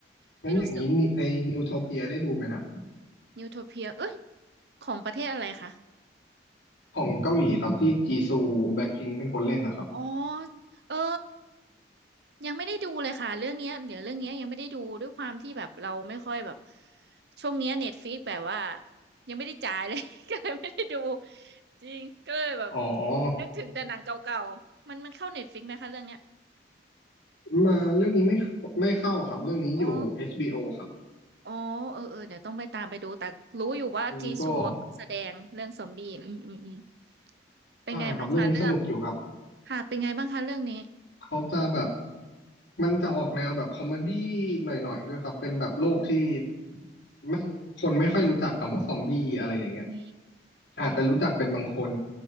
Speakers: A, on the right; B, on the left.
A: พี่รู้สึก
B: งั้นอย่างนี้นิไอ้นิวโทเปียได้ดูไหมฮะ
A: นิวโทเปียเอ้ยของประเทศอะไรคะ
B: ของเกาหลีครับที่จีซูแบ็คพิงค์เป็นคนเล่นนะครับ
A: อ๋อเออยังไม่ได้ดูเลยค่ะเรื่องเนี้ยเดี๋ยวเรื่องเนี้ยยังไม่ได้ดูด้วยความที่แบบเราไม่ค่อยแบบช่วงเนี้ยเน็ตฟ i ิกแบบว่ายังไม่ได้จ่ายเลย <laughs> ก็เลยไม่ได้ดูจริงก็เลยแบบ
B: อ๋อ
A: นึกถึงแต่หนังเก่าๆมันมันเข้าเน็ตฟ i ิกไหมคะเรื่องเนี้ย
B: มาเรื่องนี้ไม่เข้าไม่เข้าครับเรื่องนี้อยู่
A: อ๋อ
B: HBO ครับ
A: อ๋อเออเออเดี๋ยวต้องไปตามไปดูแต่รู้อยู่ว่าจีซัวแสดงเรื่องซอมบี้อืมอืมอืม
B: อันนี้ก็
A: เป็นไงบ้างคะเรื่อง
B: ใช่ครับเรื่องนี้สนุกอยู่ครับ
A: ค่ะเป็นไงบ้างคะเรื่องนี้
B: เขาจะแบบมันจะออกแนวแบบคอมเมดี้หน่อยๆด้วยครับเป็นแบบโลกที่
A: อืม
B: ไม่คนไม่ค่อยรู้จักคำว่าซอมบี้อะไรอย่างเงี้ย
A: อื
B: อาจจะรู้จักเป็นบางคน
A: ม